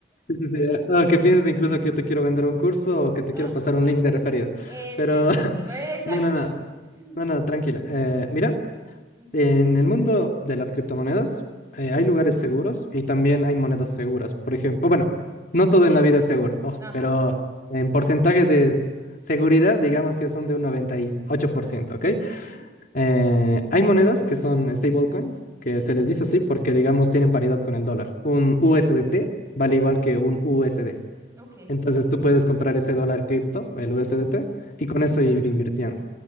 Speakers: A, on the left (about 55°); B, on the right (about 20°).
A: Sí, sí, sí. O que pienses incluso que yo te quiero vender un curso o que te
B: <laughs>
A: quiero pasar un link de referido.
B: Ese
A: Pero
B: es
A: <laughs>
B: el. Pues, exacto.
A: no, no, no.
B: <laughs>
A: No, no, tranquila. Eh, mira,
B: Ujú,
A: en el mundo de las criptomonedas eh, hay lugares seguros y también hay monedas seguras. Por ejemplo, bueno, no todo en la vida es seguro, ojo,
B: Ajá.
A: pero en porcentaje de seguridad, digamos que son de un 98%, ¿ok?
B: Ok.
A: Eh, hay monedas que son stablecoins, que se
B: ujú,
A: les dice así porque, digamos, tienen paridad con el dólar. Un USDT vale
B: ujú,
A: igual que un USD.
B: Ok.
A: Entonces tú puedes comprar ese dólar cripto, el USDT, y con eso ir invirtiendo.